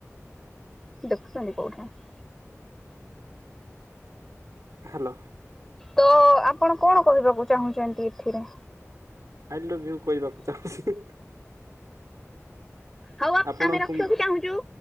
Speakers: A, in the centre; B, on the right.
A: <unintelligible>
B: ହ୍ୟାଲୋ
A: ତ ଆପଣ କଣ କହିବାକୁ ଚାହୁଁଛନ୍ତି ଏଥିରେ।
B: ଆଇ ଲଭ ୟୁ କହିବାକୁ ଚାହୁଁଛି
A: ହଉ
B: ଆପଣଙ୍କୁ
A: ଆମେ ରଖିବାକୁ
B: ମୁଁ
A: ଚାହୁଁଛୁ।